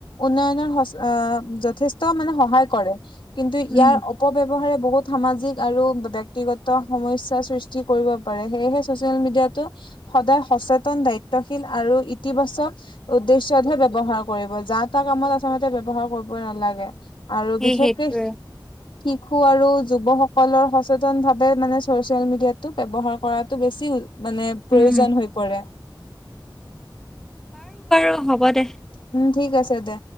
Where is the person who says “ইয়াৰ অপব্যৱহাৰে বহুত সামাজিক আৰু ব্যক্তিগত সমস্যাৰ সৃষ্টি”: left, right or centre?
Left